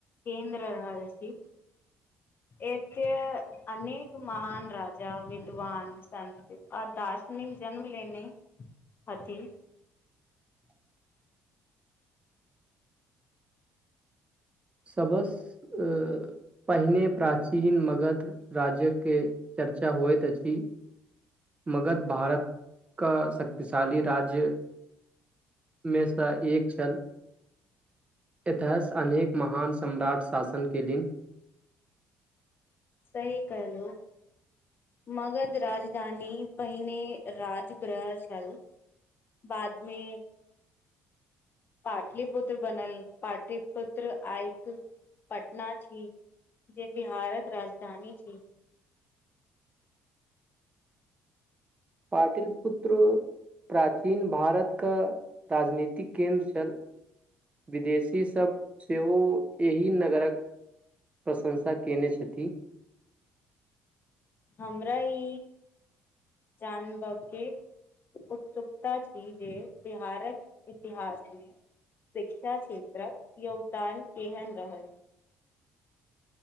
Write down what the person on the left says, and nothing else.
केन्द्र रहल अछि एते अनेक महान राजा विद्वान संत आओर दार्शनिक जन्म लेने हथि
सही कहलु मगध राजधानी पहिने राजग्रह छल बाद मे पाटलिपुत्र बनल पाटलिपुत्र आइक पटना छी जे बिहारक राजधानी छी
हमरा ई जान ब के उत्सुकता छी जे बिहारक इतिहास मे शिक्षा क्षेत्रक योगदान केहन रहल